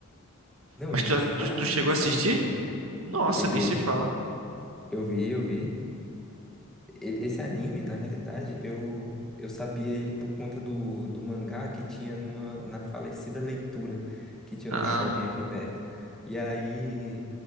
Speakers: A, in the centre; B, on the right.
A: Não,
B: Mas
A: e
B: tu, já-
A: sem falar
B: tu, tu
A: a animação
B: chegou a assistir?
A: incrível.
B: Nossa,
A: Cheguei,
B: nem se fala.
A: eu vi, eu vi. E- Esse anime, na realidade, eu, eu sabia ele por conta do, do mangá que tinha numa, na falecida leitura, que tinha
B: Ah,
A: no shopping aqui perto. E aí,